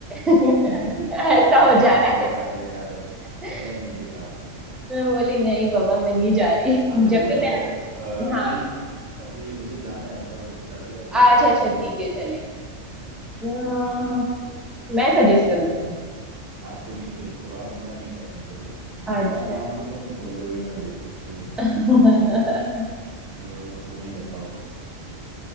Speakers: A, in the centre; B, on the right.
A: <laughs>
B: नहीं
A: ऐसा हो जा
B: नहीं नहीं
A: रहा
B: बेकार है बेकार है वो।
A: है
B: नहीं नहीं बेकार है बेकार है
A: मैं बोली नहीं बाबा मैं नहीं जा रही
B: अच्छा
A: <laughs>
B: वो
A: जबकि
B: छोड़ो
A: मेरा
B: अ,
A: हाँ
B: अभी अभी मुझे जाना है तो जाते जाते
A: आज
B: कोई
A: अच्छा
B: एक मूवी
A: ठीक
B: सजेस्ट
A: है चलेगा
B: करो तुम
A: अम्म, मैं सजेस्ट करूँ तुम्हें
B: हाँ तुम ही सजेस्ट करो अब मैं नहीं कर रहा हूँ सजेस्ट
A: अच्छा
B: मैं नाम लूंगा तुम बोल दोगे मैंने देख रखी है
A: <laughs>
B: <laughs> तो तुम ही बताओ